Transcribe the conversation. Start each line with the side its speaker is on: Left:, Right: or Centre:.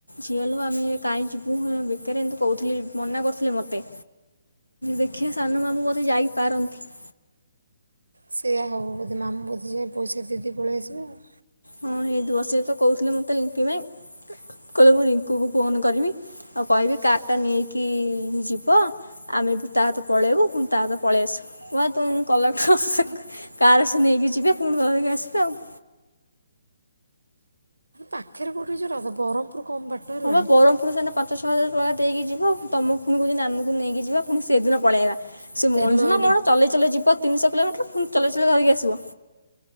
Left: ଝିଆଲୋ ଆମେ କାଇଁ ଯିବୁ ହେରା ବେକା ହେରା ହେମିତି କହୁଥିଲି ମନା କରୁଥିଲେ ମତେ। ଦେଖିଆ ସାନ ମାମୁଁ ବୋଧେ ଯାଇପାରନ୍ତି।
Right: ସେଇୟା ହବ ବୋଧେ ମାମୁଁ ବୋଧେ ଯାଇଁ ପଇସା ଦେଇ ଦେଇ ପଳେଇ ଆସିବେ ଆଉ।
Left: ହଁ ହେଇଥିବ ସେତ କହୁଥିଲେ ମତେ ଲିଟି ମାଈ। କହିଲେ ମୁଁ ରିଙ୍କୁ କୁ ଫୋନ କରିବି ଆଉ କହିବି କାର୍ ଟା ନେଇକି ଯିବ ଆ ତା ଅଇତ ପଳେଇବୁ ତା ପରେ ପଳେଇ ଆସିବୁ <unintelligible> କାର ସେ ନେଇକି ଯିବେ ପୁଣି ଧରିକି ଆସିବେ ଆଉ।
Right: ପାଖରେ କୋଠି ଯିବ ତ ବରମପୁରୁ କମ ବାଟ ହେଲାନି।
Left: ହଁ ବା ବ୍ରହ୍ମପୁର ସେନା ପାଞ୍ଚ ଛଅ ହଜାର ଟଙ୍କା ଦେଇକି ଯିବ। ତମକୁ ପୁଣି କହୁଛନ୍ତି, ଆମକୁ ନେଇକି ଯିବା ପୁଣି ସେଦିନ ପଳେଇବା। ସେ
Right: ତେଲ
Left: ମଣିଷ ନା
Right: ଏଇନେ
Left: କଣ ଚଲେଇ ଚଲେଇ ଯିବ ତିନିଶହ କିଲୋମିଟର ପୁଣି ଚଲେଇ ଚଲେଇ ଧରିକି ଆସିବ?